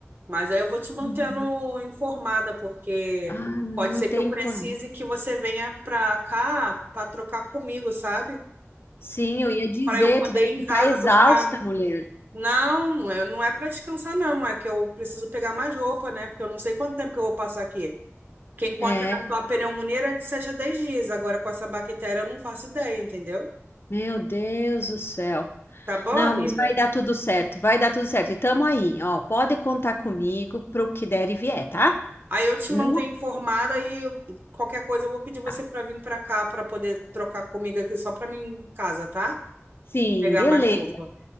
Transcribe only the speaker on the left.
Uhum.
Ah, não
tem
como.
Sim, eu ia dizer,
tu deve
estar exausta,
mulher.
É,
meu Deus do céu.
Não,
mas vai dar tudo certo, vai dar tudo certo. E tamo aí, ó. Pode contar comigo pro que der e vier, tá?
Não.
tá.
Sim,
beleza.